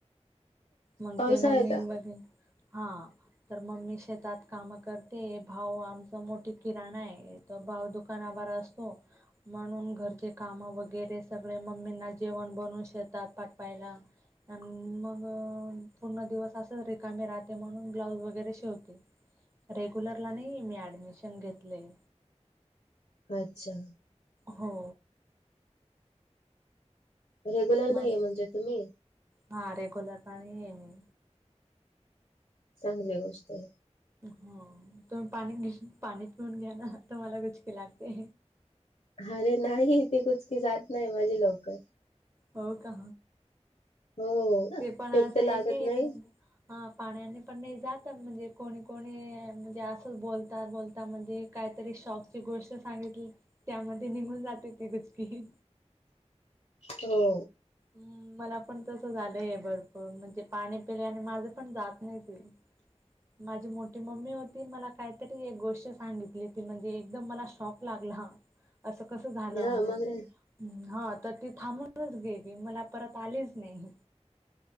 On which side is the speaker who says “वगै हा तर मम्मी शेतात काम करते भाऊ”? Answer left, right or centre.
Right